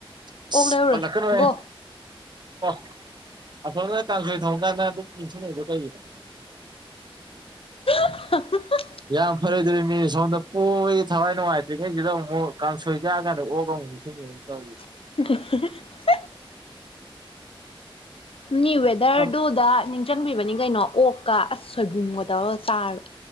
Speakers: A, on the right; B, on the left.
A: ꯑꯁ
B: ꯑꯣꯛ ꯂꯩꯔꯨꯔꯣ
A: ꯄꯜꯂꯛꯀꯅꯣꯍꯦ
B: ꯒꯣ
A: ꯑꯣ ꯑꯁꯣꯝꯗ ꯀꯥꯡꯁꯣꯏ ꯊꯣꯡꯂꯤꯀꯥꯟꯗ ꯑꯗꯨ ꯏꯟꯁꯤꯡꯂꯛꯏꯗꯣ ꯀꯩꯒꯤꯅꯣ
B: <unintelligible>
A: ꯌꯥꯝ ꯐꯔꯣꯏꯗꯧꯔꯤ ꯃꯤꯅꯤ ꯁꯣꯝꯗ ꯄꯣꯕꯒꯤ ꯊꯋꯥꯏ ꯅꯨꯡꯉꯥꯏ ꯇ꯭ꯔꯤꯉꯩꯁꯤꯗ ꯑꯃꯨꯛ ꯀꯥꯡꯁꯣꯏ ꯆꯥꯔꯀꯥꯟꯗ ꯑꯣꯛ ꯑꯃꯨꯛ ꯅꯤꯡꯁꯤꯡꯉꯛꯑꯦ ꯇꯧꯔꯤꯖꯦ
B: <unintelligible> ꯅꯦ ꯋꯦꯗꯔꯗꯨꯗ
A: ꯀꯝ
B: ꯅꯤꯡꯁꯤꯡꯕꯤꯕꯅꯤ ꯀꯩꯅꯣ ꯑꯣꯛꯀ ꯑꯁ ꯁꯣꯏꯕꯨꯝꯒ ꯇꯧꯔ ꯆꯥꯔꯗꯤ